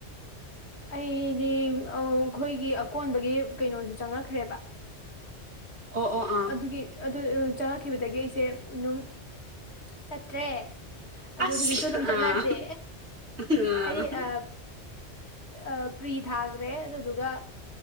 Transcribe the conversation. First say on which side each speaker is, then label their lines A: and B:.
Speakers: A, on the left; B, on the right.
A: ꯑꯩꯗꯤ ꯑꯧ ꯑꯩꯈꯣꯏꯒꯤ ꯑꯀꯣꯟꯕꯒꯤ ꯀꯩꯅꯣꯖꯨ ꯆꯪꯉꯛꯈ꯭ꯔꯦꯕ
B: ꯑꯣ ꯑꯣ ꯑꯥ
A: ꯑꯗꯨꯒꯤ ꯑꯗꯨ ꯆꯪꯉꯛꯈꯤꯕꯗꯒꯤ ꯑꯩꯁꯦ ꯑꯗꯨꯝ ꯆꯠꯇ꯭ꯔꯦ ꯑꯗꯨ
B: ꯑꯁ
A: ꯍꯧꯖꯤꯛꯁꯨ ꯑꯗꯨꯝ ꯆꯠꯅꯇꯦ
B: ꯑꯥ ꯑꯥ
A: ꯍꯥꯏꯗꯤ ꯑꯝ ꯑ ꯄ꯭ꯔꯤ ꯊꯥꯒ꯭ꯔꯦ ꯑꯗꯨꯗꯨꯒ